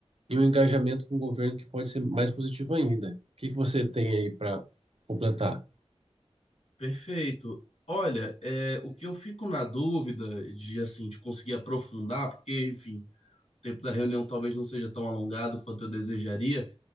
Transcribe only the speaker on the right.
e um engajamento com o governo que pode ser mais positivo ainda. O que que você tem aí para completar?